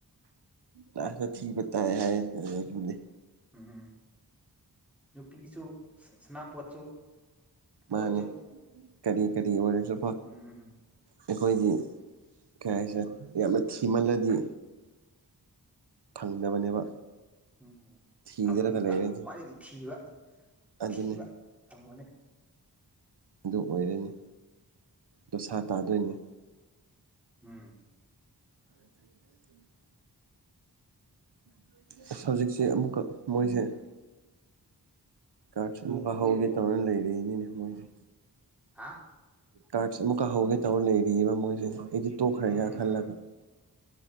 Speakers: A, on the right (about 80°); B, in the centre.
A: ꯂꯥꯁꯇ ꯊꯤꯕ ꯇꯥꯏ ꯍꯥꯏ ꯑꯗꯨꯅꯦ
B: ꯎꯝ ꯅꯨꯄꯤꯁꯨ ꯁꯅꯥꯄꯣꯠꯁꯨ ꯄꯣꯠꯁꯨ
A: ꯃꯥꯅꯦ ꯀꯔꯤ-ꯀꯔꯤ ꯑꯣꯏꯔꯖꯨꯀꯣ
B: ꯎꯝ
A: ꯑꯩꯈꯣꯏꯒꯤ ꯀꯩꯍꯥꯏꯁꯦ ꯌꯥꯝꯅ ꯊꯤꯃꯜꯂꯗꯤ ꯐꯪꯗꯕꯅꯦꯕ
B: ꯎꯝ
A: ꯊꯤꯗ꯭ꯔꯒ
B: ꯐꯪꯕꯗꯨ
A: ꯂꯩꯔꯗꯤ
B: ꯂꯥꯛꯍꯟꯂꯨ ꯈ꯭ꯋꯥꯏꯗꯒꯤ ꯊꯤꯕ-ꯊꯤꯕ
A: ꯑꯗꯨꯅꯤ
B: ꯐꯪꯕꯅꯦ
A: ꯑꯗꯨ ꯑꯣꯏꯔꯅꯤ ꯗꯣꯁꯥ ꯇꯥꯗꯣꯏꯅꯦ
B: ꯎꯝ
A: <inaudible> <inaudible> ꯍꯧꯖꯤꯛꯁꯦ ꯑꯃꯨꯛꯀꯥ ꯃꯣꯏꯁꯦ ꯀꯥꯔꯁꯟꯕ ꯍꯧꯒꯦ ꯇꯧꯔ ꯂꯩꯔꯤꯅꯤꯅꯦ ꯃꯣꯏꯁꯦ
B: ꯍꯥ
A: ꯇꯥꯛ꯭ꯁ ꯑꯃꯨꯛꯀꯥ ꯍꯧꯒꯦ ꯇꯧꯔꯤ ꯂꯩꯔꯤꯌꯦꯕ ꯃꯣꯏꯁꯦ ꯑꯩꯗꯤ ꯇꯣꯛꯈ꯭ꯔꯦꯅ
B: ꯎꯝ ꯎꯝ
A: ꯈꯜꯂꯥꯒ